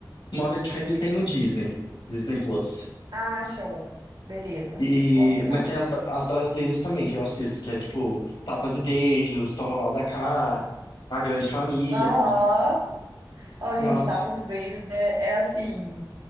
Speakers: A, on the left; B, on the right.
A: Modern Family tem no Disney. Disney Plus.
B: Ah, show. Beleza,
A: E,
B: vou assinar.
A: mas tem as, bra- as brasileiras também que eu assisto, que é tipo Tapas e Beijos, Toma Lá da Cá, A Grande Família.
B: Aham. Ó, gente,
A: Nossa.
B: tapas e beijos é, é assim,